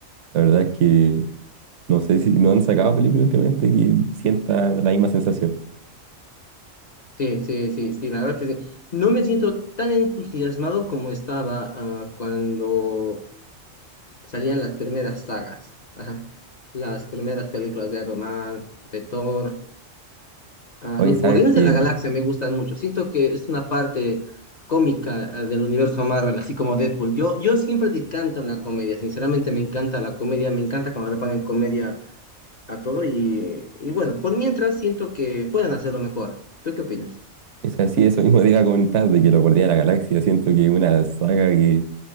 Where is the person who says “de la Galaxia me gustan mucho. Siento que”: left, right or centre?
Left